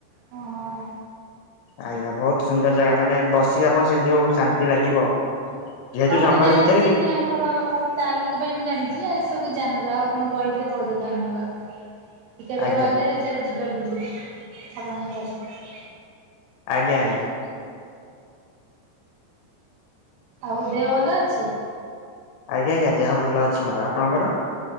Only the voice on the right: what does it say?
ହଁ
ହଁ
ମୁଁ ଜାଣିଛି
କି ଆମର ତାରିଣୀଙ୍କ ପାଇଁ ମୁଁ ଜାଣିଛି, ଆଉ ଏ ସବୁ ଯାନ ଯାହା ଆପଣ କହିଲେ ବହୁତ ଧନ୍ୟବାଦ। କେବେ
ଗଲେ ସିଆଡେ ଯିବା ବୁଲି, ଆପଣଙ୍କ ସିଆଡେ।
ଆଉ ଦେହ ଭଲ ଅଛି?